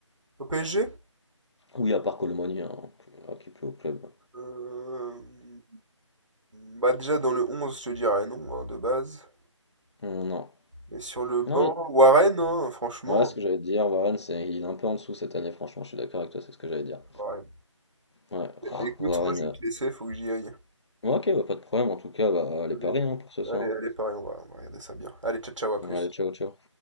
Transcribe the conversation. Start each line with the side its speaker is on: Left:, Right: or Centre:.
Right: Au PSG?
Left: Oui, à part Colomani, hein, là, qui est plus au club.
Right: Euh, hmm, Bah déjà dans le 11 je te dirais non, hein, de base.
Left: Hum, Non.
Right: Mais sur le banc,
Left: Non, oui.
Right: Warren, hein, franchement.
Left: Ouais, ce que j'allais te dire, Warren, c'est, il est un peu en dessous cette année, franchement, je suis d'accord avec toi, c'est ce que j'allais dire.
Right: Warren.
Left: Ouais, oh,
Right: Écoute,
Left: Warren.
Right: moi je vais
Left: euh,
Right: te laisser, faut que j'y aille.
Left: ouais, ok, bah, pas de problème, en tout cas, bah,
Right: Désolé.
Left: les paris hein, pour ce soir.
Right: Allez, allez, pareil, on va, on va regarder ça bien. Allez, ciao, ciao, à plus.
Left: Ouais, allez, ciao, ciao.